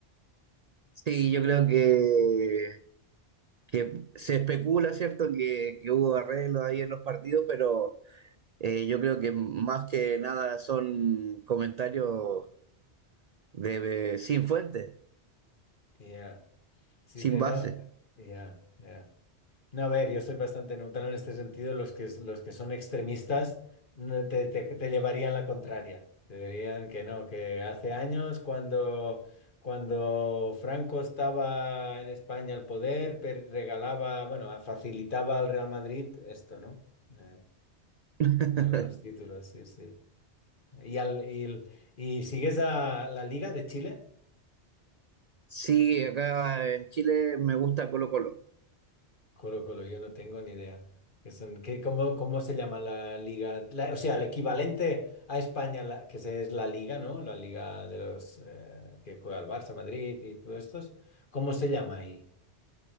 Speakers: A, on the right (about 60°); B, on the left (about 50°).
A: Sí, yo creo que, que se especula, ¿cierto?, que, que hubo arreglos ahí en los partidos, pero eh, yo creo que más que nada son comentarios de, de- sin fuente,
B: Ya. Sí,
A: sin
B: de-
A: base.
B: no. Ya, ya. No, a ver, yo estoy bastante neutral en este sentido. Los que, los que son extremistas no, te, te, te llevarían la contraria. Te dirían que no, que hace años cuando, cuando Franco estaba en España al poder, per- regalaba, bueno, facilitaba al Real Madrid esto, ¿no? Eh,
A: <laughs>
B: lo- los, títulos, sí, sí. Y, al, y, el- y sigues a la Liga de Chile.
A: Sí, acá en Chile me gusta Colo Colo.
B: Colo Colo, yo no tengo ni idea. Que son- que- cómo, cómo se llama la liga? La- o sea, el equivalente a España, la- que se- es la liga, ¿no? La liga de los eh, que juega el Barça, Madrid y todos estos. ¿Cómo se llama ahí?